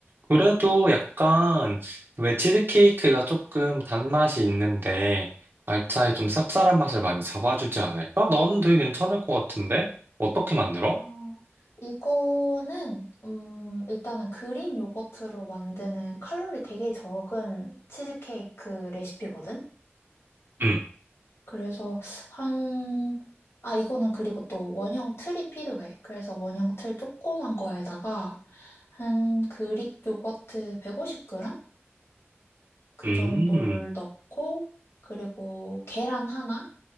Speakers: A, on the right (about 50°); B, on the left (about 65°).
A: 그래도 약간, 왜 치즈케이크가 조금 단맛이 있는데, 말차에 좀 쌉쌀한 맛을 많이 잡아주지 않을까? 나는 되게 괜찮을 것 같은데? 어떻게 만들어?
B: 아, 이거는, 음, 일단은 그릭 요거트로 만드는 칼로리 되게 적은 치즈케이크 레시피거든?
A: 음,
B: 그래서 한, 아, 이거는 그리고 또 원형 틀이 필요해. 그래서 원형 틀 조그만 거에다가 한 그릭 요거트 150g? 그
A: 음.
B: 정도를 넣고, 그리고 계란 하나,